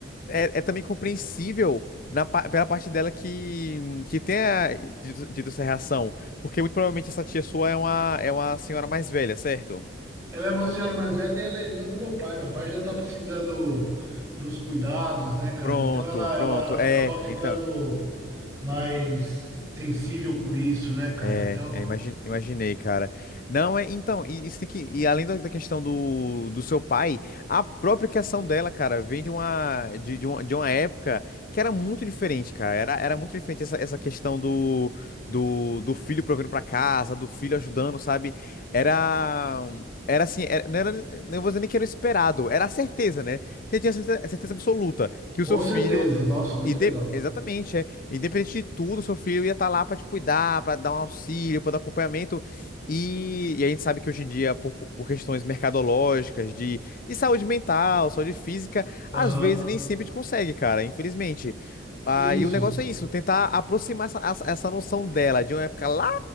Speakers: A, on the left; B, on the right.
A: é, é também compreensível na, pa- pela parte dela que, que tenha dito, dito essa reação. Porque muito provavelmente essa tia sua é uma, é uma senhora mais velha, certo?
B: Ela é uma senhora mais velha e ela é irmã do meu pai. Meu pai já tá precisando dos cuidados, né, cara?
A: Pronto,
B: Então ela,
A: pronto.
B: ela
A: É,
B: acaba ficando
A: então.
B: mais sensível com isso, né, cara?
A: É,
B: Então,
A: é, imagi- imaginei, cara. Não, é, então, e isso tem que, e além da, da questão do, do seu pai, a própria criação dela, cara, vem de uma, de, de uma, de uma época que era muito diferente, cara. Era, era muito diferente essa, essa questão do, do, do filho provendo pra casa, do filho ajudando, sabe? Era, era assim, era- não era, não vou dizer nem que era esperado, era a certeza, né? Você tinha certeza, certeza absoluta que
B: com
A: o seu
B: certeza.
A: filho
B: Nossa, muito
A: Inde-
B: legal.
A: Exatamente, é. Independente de tudo, seu filho ia estar lá para te cuidar, para dar um auxílio, para dar acompanhamento. E, e a gente sabe que hoje em dia, por, por questões mercadológicas, de, de saúde mental, saúde física,
B: Aham.
A: às vezes nem sempre a gente consegue, cara, infelizmente. Ah,
B: Isso.
A: e o negócio é isso, tentar aproximar essa, essa essa noção dela de uma época lá